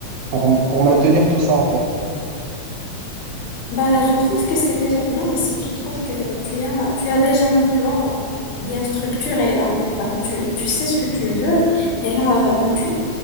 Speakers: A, on the right (about 80°); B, on the left (about 85°).
A: pour, pour maintenir tout ça, en fait.
B: Bah, je trouve que c'est déjà bien parce que je trouve que tu as, tu as déjà un plan bien structuré là. Bah, tu, tu sais ce que tu veux et là, tu,